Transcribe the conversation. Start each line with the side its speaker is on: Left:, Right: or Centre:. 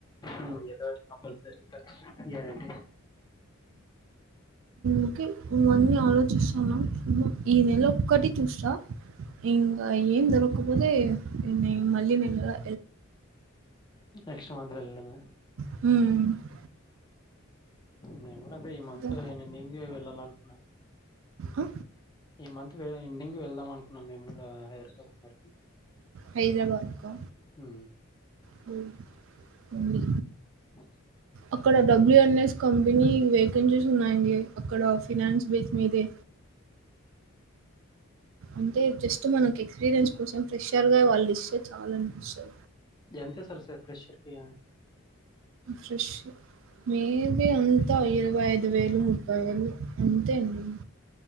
Left: ఊ ఏదోటి కంపల్సరి ఖర్చు గ్యారంటి.
Right: ఓకే ఇవన్నీ ఆలోచిస్తాన్నా ఏమొ ఈ నెల ఒక్కటి చూస్తా. ఇంగ ఏం దొరక్కపోతే ఎండింగ్ మళ్ళీ నెలలా
Left: నెక్స్ట్ మంత్ వెళ్ళడమే
Right: హ్ము
Left: నేను గూడా అంతే ఈ మంతు
Right: దా
Left: ఎండింగే వెళ్ళాలనుకున్నా.
Right: ఆ!
Left: ఈ మంత్ ఎండింగ్ వెళ్దాం అనుకున్నాం మేము కూడా హైదరాబాద్ కు మరి.
Right: హైదరాబాద్ కా
Left: ఊ
Right: పోన్ పోండి
Left: అఓ
Right: అక్కడ డబ్ల్యూఎన్ఎస్ కంపినీ వేకెన్సీస్ ఉన్నాయండి. అక్కడ ఫినాన్స్ బేస్ మీదే అంటే జస్ట్ మనకి ఎక్స్పీరియన్స్ కోసం ఫ్రెషర్ గా వాళ్ళు ఇస్తే చాలా అనిపిస్తు
Left: ఎంత ఇస్తారు సార్ ఫ్రెషర్కి
Right: ఫ్రష్ మేబీ అంతా ఇరవై ఐదు వేలు ముప్పై వేలు అంతే అండి